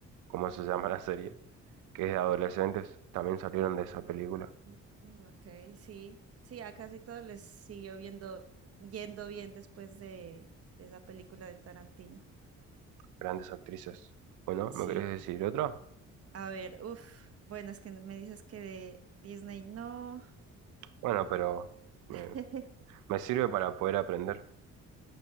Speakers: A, on the right; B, on the right.
A: cómo se llama la serie, que es de adolescentes, también salieron de esa película,
B: Mm, Ok, sí, sí, a casi todos les siguió viendo, yendo bien después de, de esa película de Tarantino.
A: grandes actrices. Bueno,
B: Sí,
A: ¿me querés decir otra?
B: a ver, uff, bueno, es que me dices que de Disney no.
A: Bueno, pero me,
B: <laughs>
A: me sirve para poder aprender.